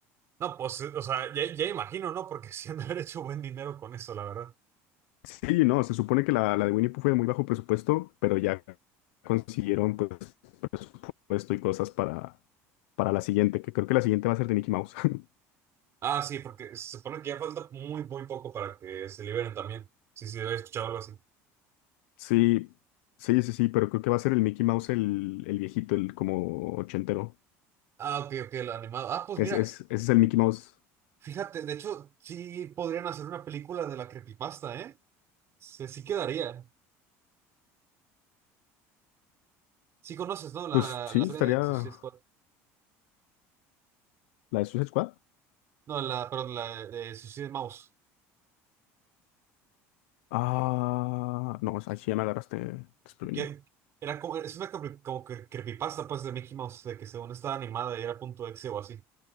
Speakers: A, on the right; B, on the left.
A: No, pues, o sea, ya, ya imagino, ¿no? Porque <laughs> sí han de haber hecho buen dinero con eso, la verdad.
B: Sí, no, se supone que la, la de Winnie Pooh fue de muy bajo presupuesto, pero ya consiguieron pues presupuesto y cosas para, para la siguiente, que creo que la siguiente va a ser de Mickey Mouse. <laughs>
A: Ah, sí, porque se supone que ya falta muy, muy poco para que se liberen también. Sí, sí, había escuchado algo así.
B: Sí, sí, sí, sí, pero creo que va a ser el Mickey Mouse el, el viejito, el como ochentero.
A: Ah, ok, ok, el animado. Ah, pues
B: Es,
A: mira,
B: es, ese es el Mickey Mouse.
A: fíjate, de hecho, sí podrían hacer una película de la creepypasta, ¿eh? Se- sí quedaría. Sí conoces, ¿no? La,
B: Pues sí,
A: la historia
B: estaría
A: de
B: la
A: Suicide Squad.
B: de Suicide Squad.
A: No, la, perdón, la de Suicide Mouse.
B: Ah, no, ahí sí ya me agarraste desprevenido.
A: Que era como, es una cre- como que creepypasta, pues, de Mickey Mouse, de que según estaba animada y era punto exe o así. O